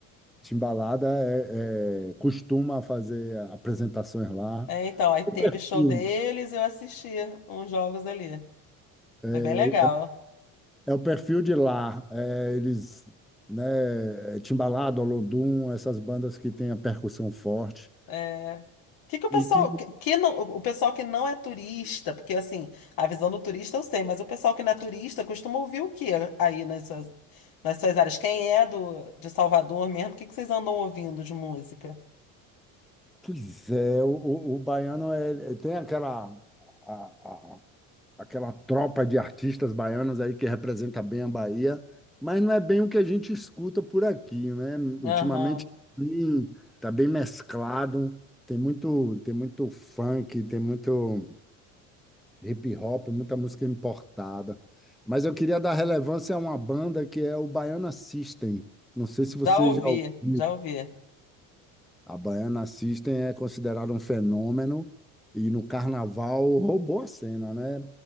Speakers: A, in the centre; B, on the left.
A: Timbalada é- é- costuma fazer apresentações lá.
B: É, então, aí teve show
A: Hum.
B: deles, eu assisti uns jogos ali.
A: É,
B: Foi bem legal.
A: o é o perfil de lá. É, eles, né, é Timbalada, Olodum, essas bandas que têm a percussão forte.
B: É... Que que o pessoal
A: E que,
B: que, que não, o pessoal que não é turista, porque assim, a visão do turista eu sei, mas o pessoal que não é turista costuma ouvir o que aí nas suas, nas suas áreas? Quem é do de Salvador mesmo? O que que vocês andam ouvindo de música?
A: pois é, o, o, o baiano é, tem aquela a, aquela tropa de artistas baianos aí que representa bem a Bahia, mas não é bem o que a gente escuta por aqui, né? Ultimamente
B: Aham.
A: sim, tá bem mesclado, tem muito, tem muito funk, tem muito hip hop, muita música importada. Mas eu queria dar relevância a uma banda que é o Baiana System. Não sei se você
B: Já ouvi,
A: já ouviu.
B: já ouvi.
A: A Baiana System é considerada um fenômeno e no carnaval roubou a cena, né?